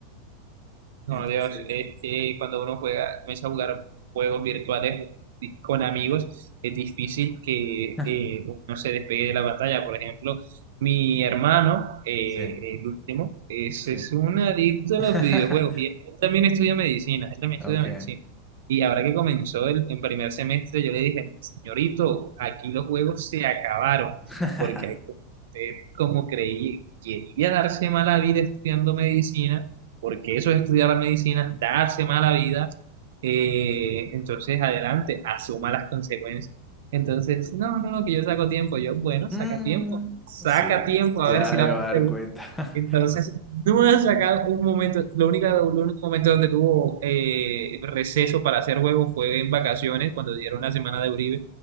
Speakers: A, on the right; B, in the centre.
A: No,
B: Entonces,
A: Dios, es que cuando uno juega, comienza a jugar juegos virtuales di- con amigos, es difícil que
B: <laughs>
A: eh, uno se despegue de la pantalla. Por ejemplo, mi hermano, eh,
B: sí,
A: el último, es,
B: sí.
A: es un adicto a
B: <laughs>
A: los videojuegos y él también estudia medicina, él también
B: Ok.
A: estudia medicina. Y ahora que comenzó el, el primer semestre, yo le dije, señorito, aquí los juegos se acabaron,
B: <laughs>
A: porque usted, como creí, quería darse mala vida estudiando medicina, porque eso es estudiar la medicina, darse mala vida, eh, entonces adelante, asuma las consecuencias. Entonces, no, no, no, que yo saco tiempo, yo, bueno,
B: Mm,
A: saca tiempo, saca
B: sí,
A: tiempo,
B: ya
A: a ver si
B: se
A: la...
B: va a dar cuenta.
A: Entonces, no me has sacado un momento, lo único, lo único momento donde tuvo eh, receso para hacer juego fue en vacaciones, cuando dieron la semana de Uribe